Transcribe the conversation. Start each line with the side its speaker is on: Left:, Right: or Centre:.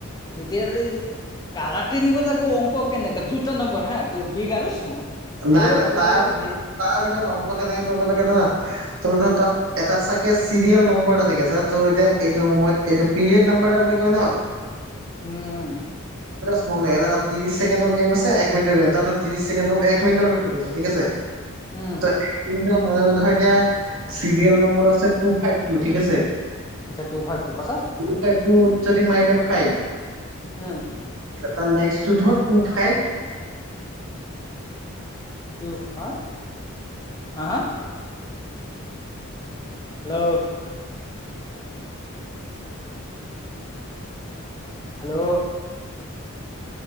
Left: এতিয়া, এই কালা <inaudible> ট্ৰেডিংত আকৌ অংক কেনেকে দুটা নম্বৰ হা তোৰ বিগ আৰু স্মল আৰু
Right: নাই নাই তাৰ ভিতৰত
Left: হে
Right: তাৰ ভিতৰত অংক কেনেক কি কৰিব লাগে জানা, তোৰ ধৰ তাত এটা চাগে চিৰিয়েল নম্বৰ এটা থাকে, যাতে ধৰ এতিয়া এইটো সময়ত এইটো পিৰিয়ড নাম্বাৰ এটা বুলি কয় ন।
Left: উম।
Right: ত্ৰিশকেণ্ডৰ গেম আছে, এক মিনিটৰ্ৰ গেম, তই তাত এক মিনটৰ খেলি আছ ঠিক আছে।
Left: উম
Right: তই এক মিনিটৰ মুৰে মুৰে ধৰ এতিয়া চিৰিয়েল নম্বৰ আছে। টু ফাইভ টু, ঠিক আছে।
Left: আচ্ছা, টু ফাইভ টু পাছত
Right: টু ফাইভ <unintelligible> ফাইভ
Left: উম
Right: তাৰ নেক্সট টো ধৰ টু ফাইভ
Left: <unintelligible> হা, হা হেল্ল'। হেল্ল'।